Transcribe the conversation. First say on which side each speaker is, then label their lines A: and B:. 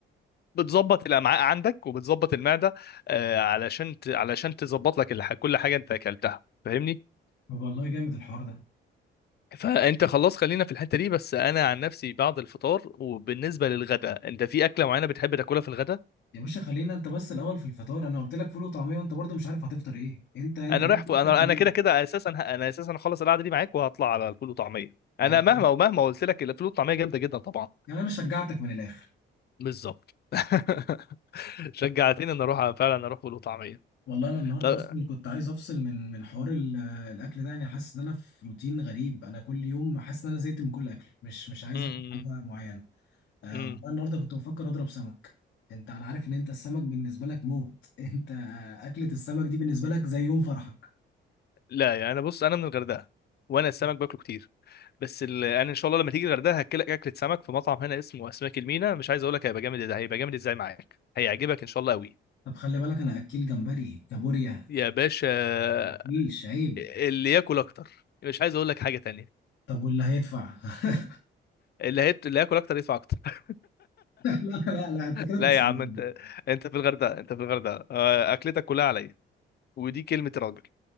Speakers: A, on the left; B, on the left.
A: بتظبط الامعاء عندك وبتظبط المعده آه علشان ت... علشان تظبط لك الح... كل حاجه انت اكلتها فاهمني
B: طب والله جامد الحوار ده
A: فانت خلاص خلينا في الحته دي بس انا عن نفسي بعد الفطار وبالنسبه للغداء انت في اكله معينه بتحب تاكلها في الغداء
B: يا باشا خلينا انت بس الاول في الفطار انا قلت لك فول وطعميه وانت برضه مش عارف هتفطر ايه انت انت
A: انا
B: ليه
A: رايح فوق
B: بتاكل
A: انا انا
B: ايه
A: كده كده اساسا ه- انا اساسا هخلص القعده دي معاك وهطلع على الفول وطعميه
B: يعني
A: انا مهما ومهما قلت لك الفول والطعميه جامده جدا طبعا
B: يعني انا شجعتك من الاخر
A: بالظبط <laughs> شجعتني ان اروح فعلا اروح فول وطعميه
B: والله انا النهارده
A: طب
B: اصلا كنت عايز افصل من من حوار ال- الاكل ده يعني حاسس ان انا في روتين غريب انا كل يوم حاسس ان انا زهقت من كل اكل مش مش عايز
A: امم
B: اكل حاجه معينه آه
A: امم
B: والله النهارده كنت بفكر اضرب سمك انت انا عارف ان انت السمك بالنسبه لك موت <laughs> انت آه، اكله السمك دي بالنسبه لك زي يوم فرحك
A: لا يعني انا بص انا من الغردقه وانا السمك باكله كتير بس ال... انا ان شاء الله لما تيجي الغردقه هاكلك اكله سمك في مطعم هنا اسمه اسماك المينا مش عايز اقول لك هيبقى جامد ازاي هيبقى جامد ازاي معاك هيعجبك ان شاء الله قوي
B: طب خلي بالك انا اكيل جمبري كابوريا
A: يا باشا
B: مفيش عيب
A: اللي ياكل اكتر مش عايز اقول لك حاجه تانية
B: طب واللي هيدفع <laughs>
A: اللي هيت... اللي هياكل اكتر يدفع اكتر
B: لا لا لا انت كده بتسيبني
A: لا يا عم انت انت في الغردقه انت في الغردقه آه، اكلتك كلها عليا ودي كلمه راجل